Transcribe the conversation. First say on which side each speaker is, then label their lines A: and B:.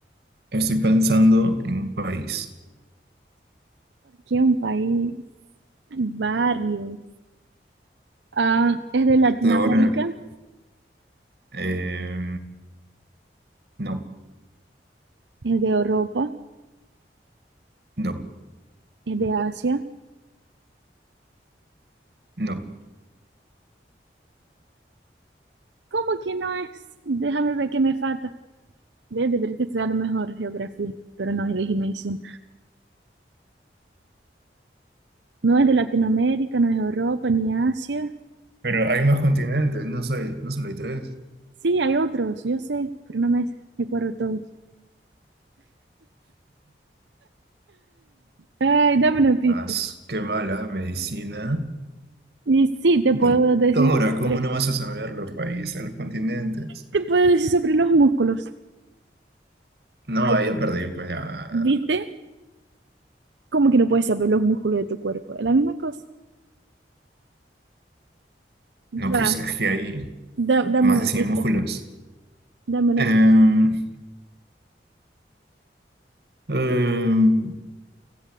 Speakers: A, on the right; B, on the right.
A: Estoy pensando en un país.
B: ¿Por qué un país? Hay varios. Ah, es de Latinoamérica,
A: Estoy ahora. eh, no,
B: es de Europa,
A: no,
B: es de Asia.
A: no.
B: ¿Cómo que no es? Déjame ver qué me falta. Ve, debería estudiar mejor geografía, pero no, elegí medicina. No es de Latinoamérica, no es Europa ni Asia.
A: Pero hay más continentes. No soy, no solo hay tres.
B: Sí, hay otros, yo sé, pero no me recuerdo todos. Ay, dame una pista.
A: Ah, qué mala medicina.
B: Y sí, te
A: Doctora,
B: puedo decir
A: ¿cómo
B: sobre,
A: no vas a saber los países, los continentes?
B: te puedo decir sobre los músculos.
A: No,
B: Ay,
A: ahí ya perdí, pues ya.
B: ¿Viste? ¿Cómo que no puedes saber los músculos de tu cuerpo? Es la misma cosa.
A: No, pues
B: Va,
A: es que hay
B: da- dame
A: más
B: una
A: de cien
B: pista.
A: músculos.
B: Dame una
A: Em,
B: pista,
A: em,